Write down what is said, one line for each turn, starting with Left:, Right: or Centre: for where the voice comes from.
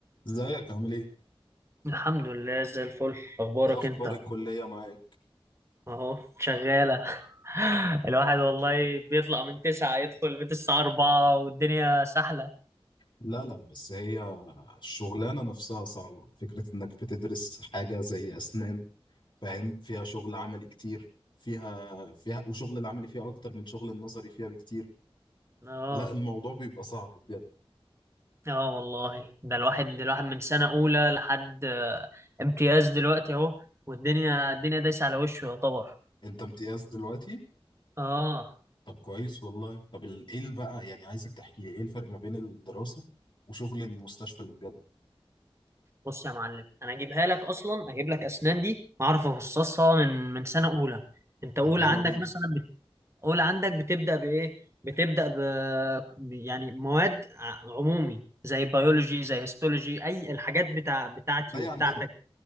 Left: ازيك عامل ايه؟
Right: الحمد لله زي الفل اخبارك
Left: ايه اخبار
Right: انت
Left: الكلية معاك؟
Right: اهو شغاله <laughs> الواحد والله بيطلع من تسعة يدخل البيت الساعة أربعة والدنيا سهلة
Left: لا لا بس هي الشغلانة نفسها صعبة فكرة انك بتدرس حاجة زي اسنان فاهم فيها شغل عملي كتير فيها فيها وشغل العملي فيها اكتر من شغل النظري فيها بكتير
Right: اه
Left: فلا الموضوع بيبقى صعب بجد
Right: اه والله ده الواحد الواحد من سنة أولى لحد آه، امتياز دلوقتي اهو والدنيا الدنيا دايسة على وشه يعتبر
Left: انت امتياز دلوقتي؟
Right: اه
Left: طب كويس والله طب ال- ايه اللي بقى يعني عايزك تحكي لي ايه الفرق ما بين الدراسة وشغل المستشفى اللي بجد؟
Right: بص يا معلم انا اجيبها لك اصلا اجيب لك اسنان دي اعرف افصصها من من سنة أولى انت أولى
Left: طب يلا
Right: عندك
Left: بينا
Right: مثلا اولى عندك بتبدا بايه بتبدا ب يعني مواد ع- عمومي زي بيولوجي زي هيستولوجي اي الحاجات بتاع بتاعتي
Left: زي
Right: وبتاعتك
Left: عندنا